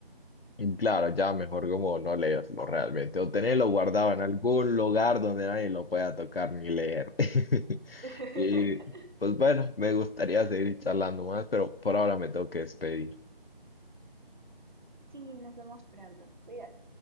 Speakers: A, on the left (about 70°); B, on the right (about 50°).
A: Y claro, ya mejor como no leerlo realmente o tenerlo guardado en algún lugar donde nadie lo pueda tocar ni leer. <laughs>
B: <laughs>
A: Y pues bueno, me gustaría seguir charlando más, pero por ahora me tengo que despedir.
B: Sí, nos vemos pronto. Cuídate.